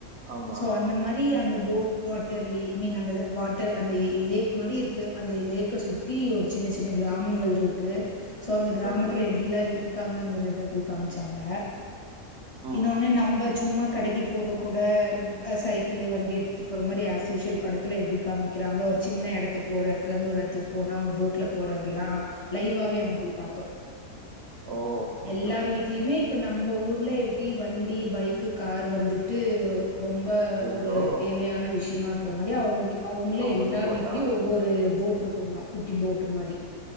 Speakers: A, on the right (about 65°); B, on the left (about 30°).
A: ஆமா
B: சோ அந்த மாரி அந்த போட் வாட்டர்லி மீன் அங்கது வாட்டர் அந்த இ லேக் மாரி இருக்கு அந்த லேக்க சுத்தி ஒரு சின்ன சின் னு கிராமங்கள்ருக்கு சோ அந்த கிராமத்துல
A: ஓகே ஓகே
B: எப்டிலா இருக்காங்கங்கறத போய் காம்ச்சாங்க
A: ம்
B: இன்னொனு நம்ப சும்மாத் கடைக்கு போக கூட அ சைக்கிளு வண்டி எடுத்துட் போற மாரி ஆஸ்யூஷ்வல் படத்துல எப்டி காமிக்கிறாங்ளோ ஒரு சின்ன எடத்துக்கு ஒரு எடத்துலர்ந்து ஒரு எட்த்துக்கு போனா அவுங்க போட்ல போறதெல்லா லைவாவே அங்க போய் பாத்தோ
A: ஓ ஓகே
B: எல்லாரு
A: ஓகே
B: வீட்லிமே இப்ப நம் நம்ப ஊர்ல எப்டி வண்டி பைக்கு கார் வந்துட்டு ரொம்ப
A: இருக்கோ
B: ஒரு தேவையான விஷ்யமாக்குற மாரி அவுங்க வீ அவுங்ளே
A: அவங்க
B: எல்லார்
A: வந்து போட்டா
B: வீட்லியு ஒவ்வொரு போட்ருக்குங்ளா குட்டி போட்டு மாரி